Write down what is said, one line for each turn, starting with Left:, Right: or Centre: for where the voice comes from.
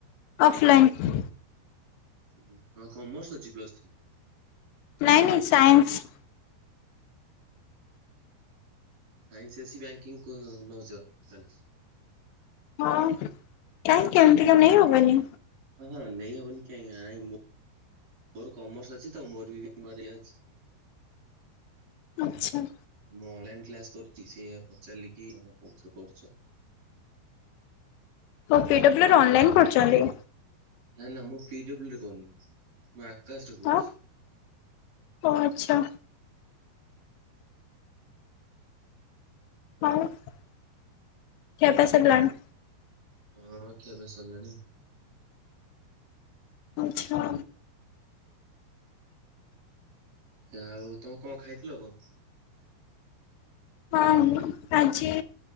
Left: Of line.
Right: ଉହୁଁ ହଁ କମର୍ସ ଅଛି ପ୍ଲସ୍ ଥ୍ରୀ।
Left: ନାଇଁ ନାଇଁ ସାଇନ୍ସ।
Right: ସାଇନ୍ସ ଅଛି, ବ୍ୟାଙ୍କିଙ୍ଗ କ ନଉଛ ତାହେଲେ।
Left: ହଁ କାଇଁ କେମତିକା ନେଇ ହବନି।
Right: ହଁ ନେଇ ହବନି କାଇଁ ମୁଁ ମୋର କମର୍ସ ଅଛି ତ, ମୋର ବି <unintelligible> ଅଛି।
Left: ଆଛା।
Right: ମୁଁ ଅନଲାଇନ କ୍ଲାସ କରୁଛି, ସେୟା ପଚାରିଲି କି ତମେ କୋଉଥିରେ କରୁଛ।
Left: ଓ ପିଡବ୍ଲ୍ୟୁ ର ଅନଲାଇନ୍ କରୁଚନ୍ତି।
Right: ନାଁ ନାଁ ମୁଁ ପିଡବ୍ଲୁ ରେ କରୁନି, ମୁଁ ଆକାଶ ରେ କରୁଛି।
Left: ହଁ ଓ ଆଚ୍ଛା। ଆଉ ଖିଆପିଆ ସରିଲାଣି?
Right: ହୁଁ ଖିଆପିଆ ସରିଲାଣି।
Left: ଆଛା।
Right: ଆଉ ତମେ କଣ ଖାଇଥିଲ କଣ?
Left: ହଁ ଆଜିି